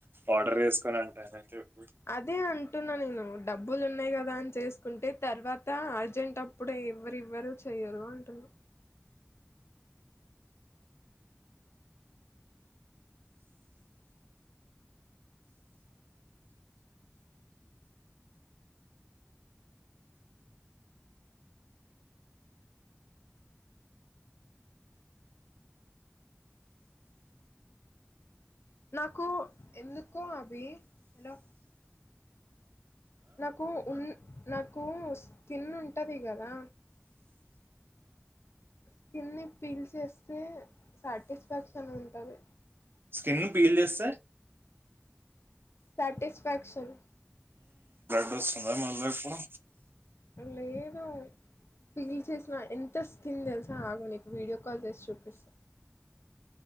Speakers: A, on the right; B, on the left.
A: ఆర్డర్ చేస్కో అని <unintelligible>
B: అదే అన్ టున్న నేను డబ్బులు ఉన్నయ్ గదా అని చేస్కుంటె తర్వాత అర్జెంట్ అప్పుడేవ్వరివ్వరు చె య్యరు అంటున్న నాకు ఎందుకో అబి హలో నాకు ఉన్ నాకు స్కిన్ ఉంటది కదా స్కిన్ ని పీల్ చేస్తే సాటిస్ఫాక్షన్ ఉంటది
A: స్కిన్న్ పీల్ చేస్తే
B: సాటిస్ఫాక్షన్
A: డోస్తుంద మళ్ళ ఇప్పుడు
B: లేదు పీల్ చేస్న ఎంత స్కిన్ తెల్సా ఆగు నీక్ వీడియో కాల్ చేసి చూపిస్త